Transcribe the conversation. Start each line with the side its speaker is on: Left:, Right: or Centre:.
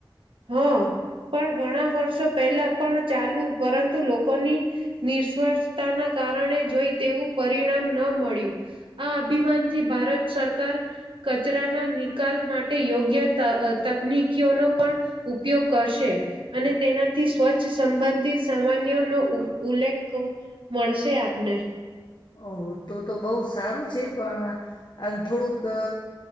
Right: હા, પણ ઘણા વર્ષો પહેલા પણ ચાલુ પરંતુ લોકોની, નિસવર્તાના કારણે જોઈ તેવું પરિણામ ન મળ્યું, આ અભિમાનથી ભારત સરકાર, કચરાના નિકાલ માટે યોગ્ય તકનીકીઓનો પણ ઉપયોગ કરશે, અને તેનાથી સ્વચ્છ સંબંધિત સામાન્ય નો ઉલ્લેખ મળશે આપને.
Left: ઓ તું તો બઉ સારું છે પણ થોડુંક અ